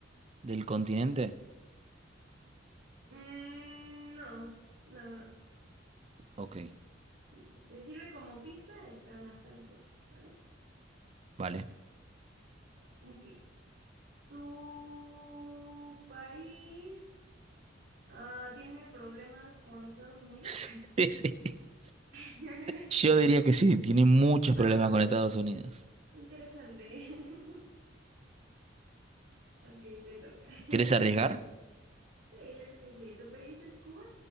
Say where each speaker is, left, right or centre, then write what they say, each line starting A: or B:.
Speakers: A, on the right; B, on the right.
A: del continente.
B: Mm, no, no, no, no.
A: Ok,
B: Sí, si te sirve como pista, está más al sur, ¿vale?
A: vale.
B: Ok. ¿Tu país ah, tiene problemas con Estados Unidos?
A: <laughs> Sí, sí.
B: <laughs>
A: Yo diría que sí, tiene muchos
B: Ah,
A: problemas con Estados Unidos.
B: interesante. <laughs> Ok, te toca.
A: ¿Querés
B: <laughs>
A: arriesgar?
B: Sí, yo creo que sí. ¿Tu país es Cuba?